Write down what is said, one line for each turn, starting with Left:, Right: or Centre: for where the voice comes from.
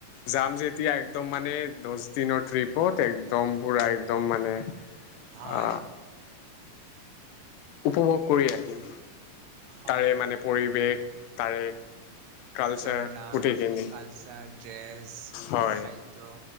Left: যাম যেতিয়া একদম মানে দশ দিনৰ ট্ৰিপত একদম পুৰা একদম মানে
Right: হয়
Left: আ উপভোগ কৰি আহিম,
Right: হয়
Left: তাৰে মানে পৰিৱেশ তাৰে কালচাৰ
Right: ঝৰ্ণা,
Left: গোটেইখিনি
Right: কালচাৰ, ড্ৰেছ, খোৱা
Left: হয়
Right: খাদ্য।